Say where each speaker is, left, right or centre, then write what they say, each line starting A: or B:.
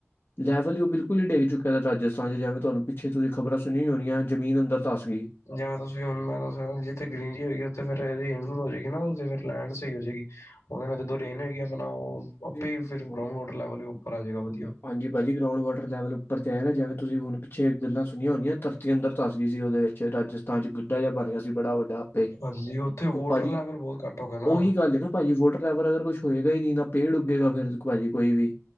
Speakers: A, on the left (about 50°); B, on the left (about 90°).
A: ਲੈਵਲ ਹੀ ਉਹ ਬਿਲਕੁਲ ਹੀ ਡਿੱਗ ਚੁੱਕਾ ਹੈ ਰਾਜਸਥਾਨ ਚ, ਜਾਓ ਤੁਹਾਨੂੰ ਪਿੱਛੇ ਤੁਸੀਂ ਖ਼ਬਰ ਸੁਣੀਆਂ ਹੋਣੀਆਂ ਜ਼ਮੀਨ ਅੰਦਰ ਧਸ ਗਈ।
B: ਜਾਂ ਤੁਸੀਂ ਹੁਣ ਮੈਂ ਜਿੱਥੇ ਗਰੀਨਰੀ ਹੋਏਗੀ। ਉੱਥੇ ਫੇਰ ਇਹ ਨੂੰ ਹੋ ਜਾਏਗੀ ਨਾ। ਫਿਰ ਲੈਂਡ ਸਹੀ ਹੋ ਜੇਗੀ। ਉਹਦੇ ਨਾਲ ਜਦੋਂ ਰੈਨ ਏਰੀਆ ਹੋਦ ਨਾ। ਆਪਣਾ ਉਹ
A: ਗਈ
B: ਆਪੇ ਹੀ ਫਿਰ ਗਰਾਂਡ ਵਾਟਰ ਲੈਵਲ ਉੱਪਰ ਆ ਜਾਏਗਾ ਵਧੀਆ।
A: ਹਾਂਜੀ ਭਾਜੀ। ਗਰਾਊਂਡ ਵਾਟਰ ਲੈਵਲ ਉਪਰ ਕਹਿ ਰਿਹਾਂ ਜਾਵੇ, ਤੁਸੀਂ ਹੁਣ ਪਿੱਛੇ ਗੱਲਾਂ ਸੁਣੀਆਂ ਹੋਣੀਆ, ਧਰਤੀ ਅੰਦਰ ਧਸ ਗਈ ਸੀ। ਉਹਦੇ ਵਿੱਚ ਰਾਜਸਥਾਨ ਚ ਗੱ ਖੱਡਾ ਜਿਹਾ ਬਣ ਗਿਆ ਸੀ ਬੜਾ ਵੱਡਾ ਆਪੇ,
B: ਹਾਂਜੀ ਉੱਥੇ ਵੋਟਰ
A: ਉਹ ਭਾਜੀ,
B: ਲੈਵਲ ਬਹੁਤ ਘੱਟ ਹੋ ਗਿਆ ਨਾ।
A: ਉਹੀ ਗੱਲ ਨਾ ਭਾਜੀ ਫੇਰ ਵਾਟਰ ਲੈਵਰ ਅਗਰ ਕੁਛ ਹੋਏਗਾ ਹੀ ਨਹੀਂ ਨਾ। ਪੇੜ ਉੱਗੇਗਾ ਨਾ ਖੁਆਰੀ ਹੋਏਗੀ। ਫਿਰ ਭਾਜੀ ਕੋਈ ਵੀ